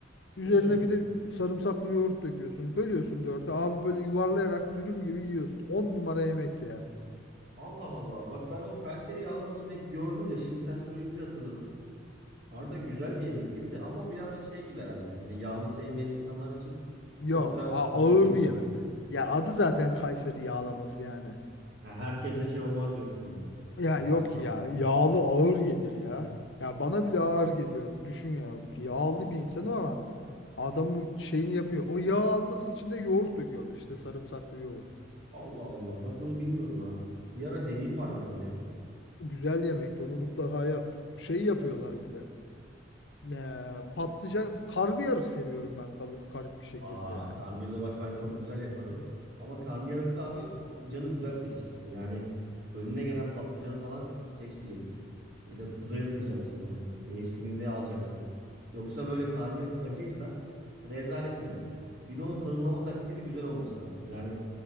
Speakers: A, on the left; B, on the right.
A: Üzerine
B: Hı.
A: bir de sarımsaklı yoğurt döküyorsun. Bölüyorsun dörde. Abi böyle yuvarlayarak dürüm gibi yiyorsun. 10 numara yemek ya.
B: Allah Allah. Bak ben o Kayseri yağlamasını hep gördüm de şimdi sen söyleyince hatırladım. Harbiden güzel bir yemek gibi de ama birazcık şey gibi herhalde. Hani yağlı sevmeyen insanlar için
A: Yok,
B: çok da
A: a- ağır
B: hoş olmayacak
A: bir yemek.
B: gibi.
A: Ya adı zaten Kayseri yağlaması yani.
B: Ha, herkes de şey olmaz diyorsun yani.
A: Ya
B: E, karşılamaz.
A: yok ya, yağlı ağır gelir ya. Ya bana bile ağır geliyor. Düşün ya, yağlı bir insanım ama adamın şeyini yapıyor. O yağ alması için de yoğurt döküyorlar işte sarımsaklı yoğurt.
B: Allah Allah. Bak bunu bilmiyordum ha. Bir ara deneyeyim bari ben onu ya.
A: Güzel yemek, onu mutlaka yap. Şey yapıyorlar bir de. Ne, patlıcan, karnıyarık seviyorum ben kal- garip bir şekilde
B: Aa
A: ya.
B: karnıyarı bak ben çok güzel yaparım. Ama karnıyarıkta abi patlıcanı güzel seçeceksin. Yani önüne gelen patlıcanı falan seçmeyeceksin. Mesela tuza yatıracaksın onu. Mevsiminde alacaksın. Yoksa böyle karnıyarık acıysa rezalet oluyor. Bir de onun fırınlama taktiği de güzel olması lazım. Yani